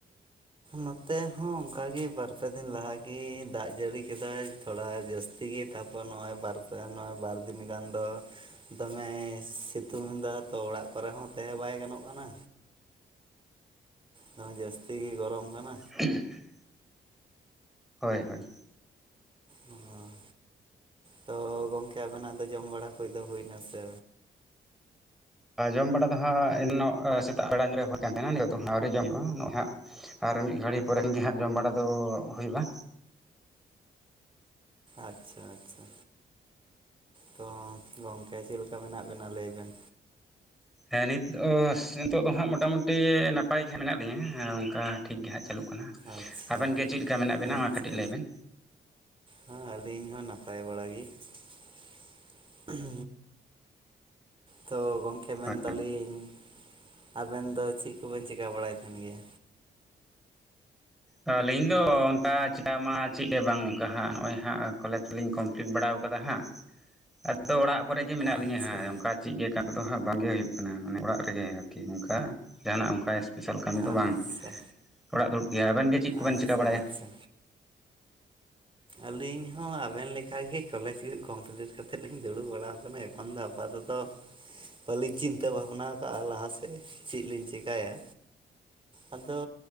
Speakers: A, on the right; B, in the centre.
A: ᱱᱚᱛᱮ ᱦᱚᱸ ᱚᱱᱠᱟᱜᱮ ᱵᱟᱨ-ᱯᱮ ᱫᱤᱱ ᱞᱟᱦᱟ ᱜᱮ ᱫᱟᱜ ᱡᱟᱹᱲᱤ ᱠᱮᱫᱟᱭ ᱛᱷᱚᱲᱟ ᱡᱟᱹᱥ ᱛᱤᱜᱮ ᱛᱟᱯᱚᱨ ᱱᱚᱜ-ᱚᱭ ᱵᱟᱨᱯᱮ ᱱᱚᱜ-ᱚᱭ ᱵᱟᱨ ᱫᱤᱱ ᱜᱟᱱ ᱫᱚ ᱫᱚᱢᱮᱭ ᱥᱤᱛᱩᱝ ᱫᱟ ᱛᱚ ᱚᱲᱟᱜ ᱠᱚᱨᱮ ᱦᱚᱸ ᱛᱟᱦᱮᱸ ᱵᱟᱭ ᱜᱟᱱᱚᱜ ᱠᱟᱱᱟ ᱫᱚᱢᱮ ᱡᱟᱹᱥᱛᱤ ᱜᱮ ᱜᱚᱨᱚᱢ ᱠᱟᱱᱟ
B: <unintelligible> ᱦᱳᱭ ᱦᱳᱭ
A: ᱦᱚᱸ ᱛᱚ ᱜᱚᱝᱠᱮ ᱟᱵᱮᱱᱟᱜ ᱫᱚ ᱡᱚᱢ ᱵᱟᱲᱟ ᱠᱚᱡ ᱫᱚ ᱦᱩᱭᱱᱟ ᱥᱮ
B: ᱟ ᱡᱚᱢ ᱵᱟᱲᱟ ᱫᱚ ᱦᱟᱸᱜ ᱮᱱᱚᱜ ᱥᱮᱛᱟᱜ ᱟᱲᱟᱝ ᱨᱮ ᱦᱳᱭ ᱠᱟᱱ ᱛᱟᱦᱮᱱᱟ ᱱᱤᱛᱚᱜ ᱫᱚ ᱦᱟᱜ ᱟ. ᱣᱨᱤ ᱡᱚᱢ ᱦᱩᱭᱩᱜᱼᱟ ᱱᱚᱜ ᱚᱭ ᱦᱟᱜ ᱟᱨ ᱢᱤᱫ ᱜᱷᱟᱹᱲᱤ ᱯᱚᱨᱮ ᱠᱷᱟᱱᱜᱮ ᱦᱟᱸᱜ ᱡᱚᱢ ᱵᱟᱲᱟ ᱫᱚ ᱦᱩᱭᱩᱜ-ᱟ
A: ᱟᱪᱪᱷᱟ ᱟᱪᱪᱷᱟ ᱛᱚ ᱜᱚᱝᱠᱮ ᱪᱮᱫ ᱞᱮᱠᱟ ᱢᱮᱱᱟᱜ ᱵᱮᱱᱟ ᱞᱟᱹᱭ ᱵᱮᱱ
B: ᱦᱮᱸ ᱱᱤᱛ ᱚᱥ ᱱᱤᱛᱚᱜ ᱫᱚ ᱦᱟᱸᱜ ᱢᱚᱴᱟ ᱢᱩᱴᱤ ᱱᱟᱯᱟᱭ ᱜᱮ ᱦᱟᱸᱜ ᱢᱮᱱᱟᱜ ᱞᱤᱧᱟᱹ ᱚᱱᱠᱟ ᱴᱷᱤᱠ ᱜᱮ ᱦᱟᱸᱜ ᱪᱟᱹᱞᱩᱜ ᱠᱟᱱᱟ
A: ᱟᱪᱪᱷᱟ
B: ᱟᱵᱮᱱ ᱜᱮ ᱪᱮᱫ ᱞᱮᱠᱟ ᱢᱮᱱᱟᱜ ᱵᱮᱱᱟ
A: ᱟᱪᱪᱷᱟ
B: ᱚᱱᱟ ᱠᱟᱹᱴᱤᱡ ᱞᱟᱹᱭ ᱵᱮᱱ
A: ᱦᱮᱸ ᱟᱹᱞᱤᱧ ᱦᱚᱸ ᱱᱟᱯᱟᱭ ᱵᱟᱲᱟ ᱜᱮ <unintelligible> ᱛᱳ ᱜᱚᱢᱠᱮ ᱢᱮᱱᱫᱟᱞᱤᱧ
B: ᱦᱳᱭ
A: ᱟᱵᱮᱱ ᱫᱚ ᱪᱮᱫ ᱠᱚᱵᱮᱱ ᱪᱮᱠᱟ ᱵᱟᱲᱟᱭ ᱠᱟᱱ ᱜᱮᱭᱟ
B: ᱟᱹᱞᱤᱧ ᱫᱚ ᱚᱱᱠᱟ ᱪᱮᱠᱟ ᱢᱟ ᱪᱮᱫ ᱜᱮ ᱵᱟᱝ ᱚᱱᱠᱟ ᱦᱟᱸᱜ ᱱᱚᱜ-ᱚᱭ ᱦᱟᱸᱜ ᱠᱚᱞᱮᱡᱽ ᱠᱚᱞᱤᱧ ᱠᱚᱢ ᱯᱞᱤᱴ ᱵᱟᱲᱟᱣ ᱠᱟᱫᱟ ᱦᱟᱸᱜ ᱟᱫᱚ ᱚᱲᱟᱜ ᱠᱚᱨᱮ ᱜᱮ ᱢᱮᱱᱟᱜ
A: ᱟᱪᱪᱷᱟ
B: ᱞᱤᱧᱟᱹ ᱦᱟᱸᱜ ᱚᱱᱠᱟ ᱪᱮᱫ ᱜᱮ ᱮᱠᱟ ᱛᱮᱫᱚ ᱦᱟᱸᱜ ᱵᱟᱝᱜᱮ ᱦᱩᱭᱩᱜ ᱠᱟᱱᱟ ᱢᱟᱱᱮ ᱚᱲᱟᱜ ᱨᱮᱜᱮ ᱟᱨᱠᱤ ᱚᱱᱠᱟ ᱡᱟᱦᱱᱟᱜ ᱚᱱᱠᱟ ᱵᱤᱥᱟᱞ ᱠᱟᱹᱢᱤ ᱫᱚ
A: ᱟᱪᱪᱷᱟ
B: ᱵᱟᱝ ᱚᱲᱟᱜ ᱫᱩᱲᱩᱵ ᱜᱮ ᱟᱵᱮᱱ ᱜᱮ ᱪᱮᱫ ᱠᱚᱵᱮᱱ
A: ᱟᱪᱪᱷᱟ
B: ᱪᱤᱠᱟᱹ ᱵᱟᱲᱟᱭᱟ
A: ᱟᱪᱪᱷᱟ ᱟᱹᱞᱤᱧ ᱦᱚᱸ ᱟᱵᱮᱱ ᱞᱮᱠᱟᱜᱮ ᱠᱚᱞᱮᱡᱽ ᱠᱚ ᱠᱚᱢᱯᱞᱤᱴ ᱠᱟᱛᱮᱫ ᱞᱤᱧ ᱫᱩᱲᱩᱵ ᱵᱟᱲᱟ ᱟᱠᱟᱱᱟ ᱮᱠᱷᱚᱱ ᱫᱚ ᱟᱯᱟᱛᱚᱛᱚ ᱵᱟᱹᱞᱤᱧ ᱪᱤᱱᱛᱟᱹ ᱵᱷᱟᱵᱽᱱᱟ ᱠᱟᱜ-ᱟ ᱞᱟᱦᱟ ᱥᱮᱫ ᱪᱮᱫ ᱞᱤᱧ ᱪᱤᱠᱟᱭᱟ ᱟᱫᱚ